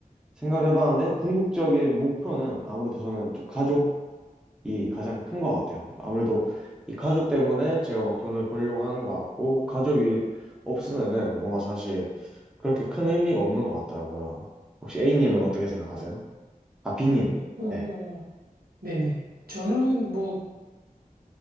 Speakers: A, in the centre; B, on the right.
A: 생각을 해봤는데 궁극적인 목표는 아무래도 저는 좀 가족이 가장 큰 것 같아요. 아무래도 이 가족 때문에 제가 막 돈을 벌려고 하는 것 같고 가족이 없으면은 뭔가 사실 그렇게 큰 의미가 없는 것 같더라고요. 혹시 A님은 어떻게 생각하세요? 아, B님.
B: 어,
A: 네.
B: 네네. 저는 뭐,